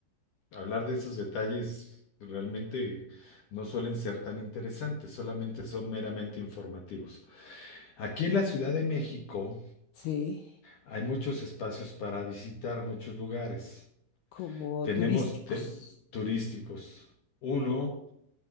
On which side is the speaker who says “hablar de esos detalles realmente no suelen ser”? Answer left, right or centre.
Left